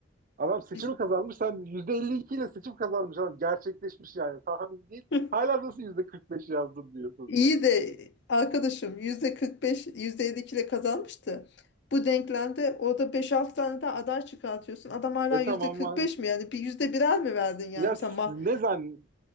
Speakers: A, on the right (about 45°); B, on the left (about 60°).
A: Adam seçimi
B: Biz...
A: kazanmış. Sen %52 ile seçim kazanmış. Adam gerçekleşmiş yani. Tahmin değil.
B: <laughs>
A: Hala nasıl %45 yazdın diyorsun.
B: İyi de arkadaşım yüzde 45, yüzde 52 ile kazanmıştı. Bu denklemde orada 5-6 tane daha aday çıkartıyorsun. Adam hala
A: E tamam
B: yüzde
A: ama
B: 45 mi yani? Bir yüzde birer mi verdin yani?
A: ya
B: Mesela
A: s-
B: ma
A: ne zan